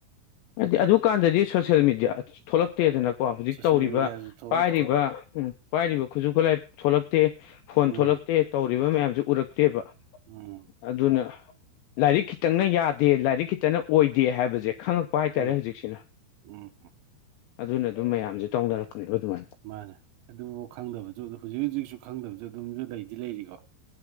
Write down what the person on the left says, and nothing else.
ꯍꯥꯏꯗꯤ ꯑꯗꯨꯀꯥꯟꯗꯗꯤ ꯁꯣꯁꯦꯜ ꯃꯦꯗꯤꯌꯥ ꯊꯣꯛꯂꯛꯇꯦꯗꯅ꯫ ꯀꯣ ꯍꯧꯖꯤꯛ
ꯇꯧꯔꯤꯕ
ꯄꯥꯏꯔꯤꯕ ꯄꯥꯏꯔꯤꯕ ꯈꯨꯠꯁꯨ ꯈꯨꯠꯂꯥꯏ ꯊꯣꯛꯂꯛꯇꯦ ꯐꯣꯟ
ꯊꯣꯛꯂꯛꯇꯦ ꯇꯧꯔꯤꯕ ꯃꯌꯥꯝꯁꯤ ꯎꯔꯛꯇꯦꯕ꯫
ꯑꯗꯨꯅ ꯂꯥꯏꯔꯤꯛ ꯈꯤꯇꯪꯅ ꯌꯥꯗꯦ ꯂꯥꯏꯔꯤꯛ ꯈꯤꯇꯅ ꯑꯣꯏꯗꯦ ꯍꯥꯏꯕꯁꯦ ꯈꯪꯉꯛ ꯄꯥꯏꯇꯥꯔꯦ
ꯍꯧꯖꯤꯛꯁꯤꯅ
ꯑꯗꯨꯅ ꯑꯗꯨꯝ ꯃꯌꯥꯝꯁꯦ ꯇꯧꯅꯔꯛꯄꯅꯦꯕ ꯑꯗꯨꯃꯥꯏꯅ꯫